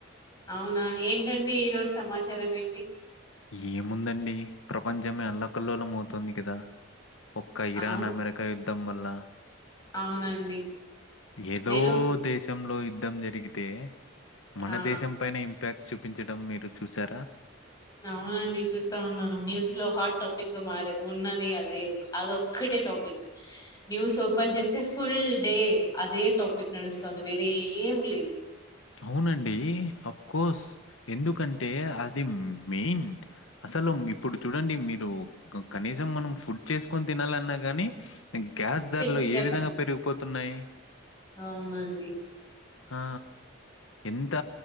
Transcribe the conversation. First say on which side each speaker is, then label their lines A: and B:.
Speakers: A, on the left; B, on the left.
A: అవునా ఏంటండి ఈ రోజు సమాచారం ఏం
B: ఏముందండి ప్రపంచమే అల్ల కల్లోలం అవుతోంది కదా ఒక్క ఇరాన్
A: అవు
B: అమెరికా యు ద్దం వల్ల
A: అవునండి
B: ఏదో
A: నేను
B: దేశంలో యు యుద్ధం జరిగితే మన
A: ఆ
B: దేశం పైన ఇంపాక్ట్ చూపించడం మీరు చూసారా
A: అవునండి చూస్తా ఉన్నాను న్యూస్ లో హాట్ టాపిక్ గా మారాయ్ ఉన్నది అదే అద ఒక్కటే టాపిక్ న్యూస్ ఓపెన్ చేస్తే ఫుల్ డే అదే టాపిక్ నడుస్తుంది వేరే ఏం లేదు
B: అవునండి అఫ్ కోర్స్ ఎందుకంటే అది మెయిన్ అసలు ఇప్పుడు చూడండి మీరు కనీసం మనం ఫుడ్ చేసుకొని తినాలన్నా గానీ గ్యాస్
A: సిలిండర్
B: ధరలు ఏ విధంగా పెరిగిపోతున్నాయి
A: అవునండి
B: ఆ! ఎంత